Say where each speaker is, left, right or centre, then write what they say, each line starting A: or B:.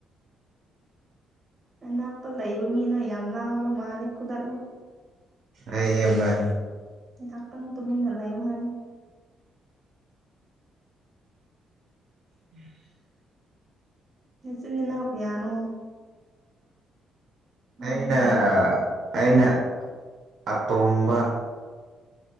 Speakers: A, on the right (about 30°); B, on the right (about 65°).
A: ꯅꯅꯥꯛꯇ ꯂꯩꯕ ꯃꯤꯗꯣ ꯌꯥꯝ ꯂꯥꯡꯕ ꯃꯥꯜꯂꯤ ꯐꯨꯗꯠꯂꯣ
B: ꯑꯩ ꯏꯌꯝꯕꯅꯤ
A: ꯉꯩꯍꯥꯛꯇꯪ ꯇꯨꯃꯤꯟꯅ ꯂꯩꯌꯣ ꯍꯥꯏꯌꯣ
B: <unintelligible>
A: ꯅꯆꯤꯜ ꯅꯅꯥꯎ ꯀꯌꯥꯅꯣ ꯅꯪꯒꯤ
B: ꯑꯩꯅ ꯑꯩꯅ ꯑꯇꯣꯝꯕ